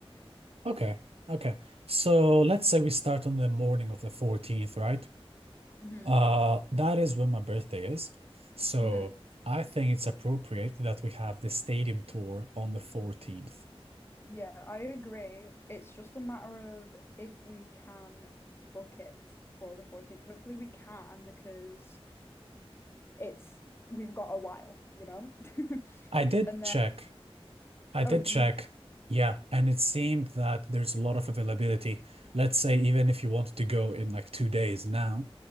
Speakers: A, on the right; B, on the left.
A: Okay, okay. So, let's say we start on the morning of the 14th, right?
B: hmm
A: Uh, that is when my birthday is. So
B: hmm
A: I think it's appropriate that we have the stadium tour on the 14th.
B: Yeah, I agree. It's just a matter of if we can book it for the 14th. Hopefully we can because it's we've got a while, you know? <laughs>
A: I did
B: And then,
A: check. I did
B: oh, you
A: check.
B: did.
A: Yeah, and it seemed that there's a lot of availability. Let's say even if you wanted to go in like two days now,